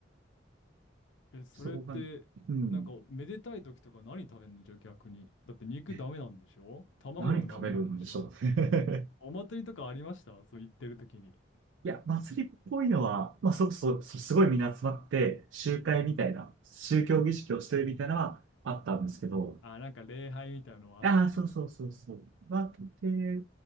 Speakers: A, on the left; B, on the right.
A: うえ、それって、
B: そこが、うん、
A: なんかめでたい時とか何食べんのじゃあ逆に。だって肉ダメなんでしょ卵もダメなんでしょ
B: え、何食べるんでしょう。<laughs>
A: お祭りとかありましたそう言ってる時に。
B: いや、祭りっぽいのは、まあ、そ、そこ、すごいみんな集まって、集会みたいな、宗教儀式をしてるみたいなのはあったんですけど、
A: あ、なんか礼拝みたいなのはあったんだ。
B: ああ、そうそうそうそう。まあ、で、